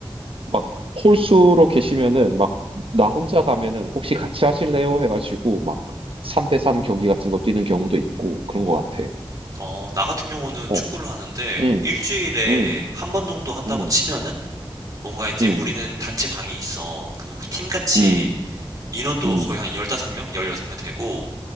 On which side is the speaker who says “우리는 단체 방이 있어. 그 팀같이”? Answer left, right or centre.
Right